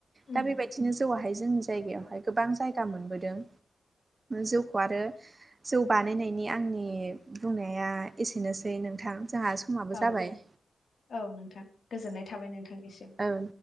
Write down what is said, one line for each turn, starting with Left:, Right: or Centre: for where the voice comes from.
Left: उम
Right: दा बेबायदिनो जौआवहाय जोंनि जायगायावहाय गोबां जायगा मोनबोदों जौखौ आरो जौ बानायनायनि आंनि बुंनाया एसेनोसै नोंथां जोंहा समाबो
Left: औ
Right: जाबाय।
Left: औ नोंथां गोजोननाय थाबाय नोंथांनिसिम।
Right: औ